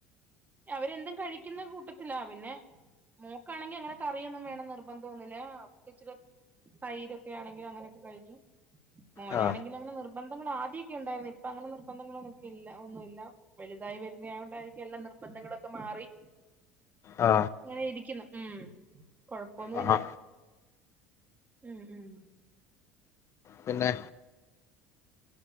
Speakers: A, on the right (about 25°); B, on the left (about 40°).
A: അവരെന്തും കഴിക്കുന്ന കൂട്ടത്തിലാ പിന്നെ മോക്കാണെങ്കി അങ്ങനെ കറിയൊന്നും വേണന്നുനിർബന്ധൊന്നുമില്ലാ അവക്ക് ഇച്ചിരെ തൈരൊക്കെ ആണെങ്കിലും അങ്ങനെയൊക്കെ കഴിക്കും മോനാണെങ്കിലും
B: ആ
A: അങ്ങനെ നിർബന്ധങ്ങൾ ആദ്യൊക്കെ ഒണ്ടായിരുന്നു ഇപ്പൊ അങ്ങനെ നിർബന്ധങ്ങളൊക്കെ ഇല്ല ഒന്നുമില്ല വലുതായി വരുന്നായകൊണ്ടായിരിക്കും എല്ലാം നിർ ബന്ധങ്ങളൊക്കെ മാറി
B: ആ
A: അങ്ങനെ ഇരിക്കുന്നു ഉം കൊഴപ്പൊന്നുമില്ല
B: ആ
A: ഉം ഉം
B: പിന്നെ